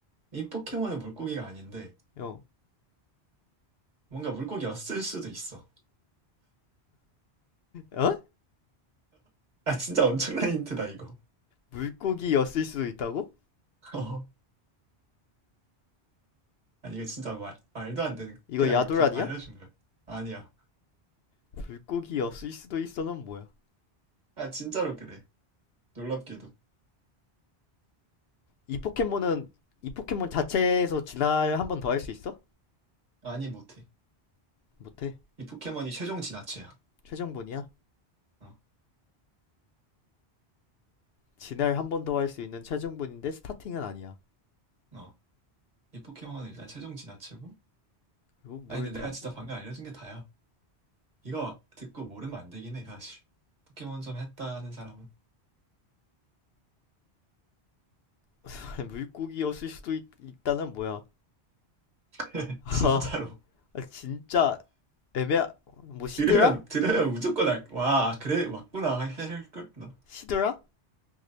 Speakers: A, on the right (about 45°); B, on the left (about 70°).
A: 이 포켓몬은 물고기가 아닌데
B: 어,
A: 뭔가 물고기였을 수도 있어.
B: 어?
A: 아 진짜 엄청난 힌트다 이거.
B: 물고기였을 수도 있다고?
A: <laughs> 어. 아니 이거 진짜 말, 말도 안 되는
B: 이거
A: 그냥
B: 야돌
A: 답
B: 아니야?
A: 알려준 거야. 아니야.
B: 물고기였을 수도 있어는 뭐야?
A: 아 진짜로 그래. 놀랍게도.
B: 이 포켓몬은, 이 포켓몬 자체에서 진화를 한 번 더 할 수 있어?
A: 아니 못해.
B: 못해.
A: 이 포켓몬이 최종 진화체야.
B: 최종본이야.
A: 어.
B: 진화를 한 번 더 할 수 있는 최종본인데 스타팅은 아니야.
A: 어. 이 포켓몬은 일단 최종 진화체고.
B: 그리고 물
A: 아니 근데
B: 다,
A: 내가 진짜 방금 알려준 게 다야. 이거 듣고 모르면 안 되긴 해 사실. 포켓몬 좀 했다는 사람은
B: <laughs> 물고기였을 수도 있, 있다는 뭐야?
A: <laughs>
B: <laughs> 아,
A: 진짜로.
B: 진짜 애매하, 뭐 시드라?
A: 들으면 들으면 무조건 알, 와 그래 맞구나 할걸 나
B: 시드라?